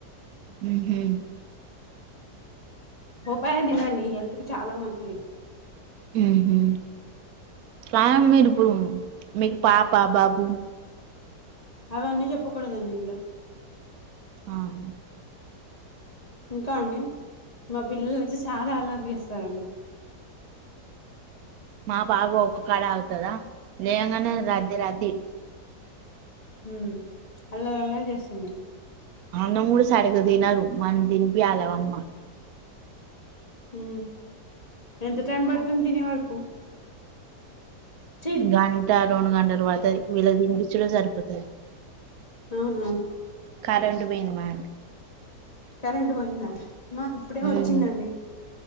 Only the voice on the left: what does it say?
బోపాయి తినండి హెల్త్ కు చాలా మంచిది
అవన్నీ చెప్పకూడదండి ఇందులో
ఇంకా అండి మా పిల్లల వచ్చి చానా అల్లరి చేస్తారండి
ఉ అల్లరీ అల్లరీ చేస్తుంది
ఉ ఎంత టైమ్ పడుతుంది తినే వరకు చి
అవునా
కరెంట్ పోయిందా మాకు ఇప్పుడే వచ్చిందండి.